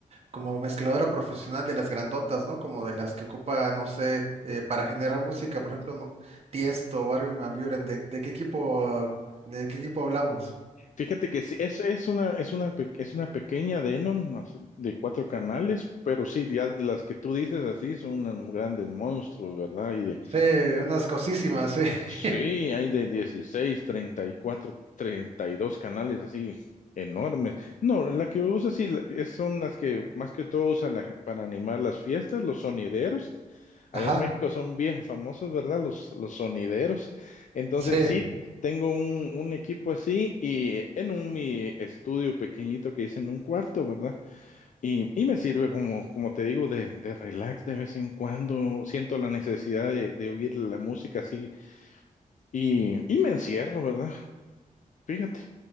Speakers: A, on the right (about 45°); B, on the left (about 60°).
A: como mezcladora profesional de las grandotas, ¿no? Como de las que ocupa, no sé, eh, para generar música, por ejemplo, no- Tiesto o Armin van Buuren. ¿De, de qué equipo, de qué equipo hablamos?
B: Fíjate que sí, es, es una, es una, pe- es una pequeña Denon así, de cuatro canales, pero sí, ya las que tú dices así son unos grandes monstruos, ¿verdad? Y de,
A: Sí, unas cosísimas, sí. <laughs>
B: Sí, hay de dieciséis, treinta y cuatro, treinta y dos canales así enormes. No, la que usa sí la- es- son las que más que todo usan la ge- para animar las fiestas, los sonideros. Allá
A: Ajá,
B: en México son bien famosos, ¿verdad? Los, los sonideros. Entonces
A: sí.
B: sí, tengo un, un equipo así y en un mi estudio pequeñito que hice en un cuarto, ¿verdad? Y, y me sirve como, como te digo, de, de relax de vez en cuando. Siento la necesidad de, de oír la música así y, y me encierro, ¿verdad? Fíjate.